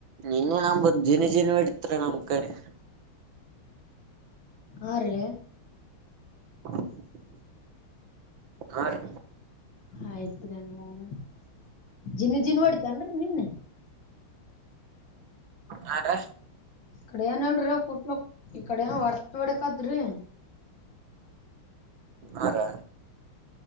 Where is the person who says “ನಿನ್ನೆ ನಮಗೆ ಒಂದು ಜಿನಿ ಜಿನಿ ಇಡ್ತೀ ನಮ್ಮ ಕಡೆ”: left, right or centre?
Right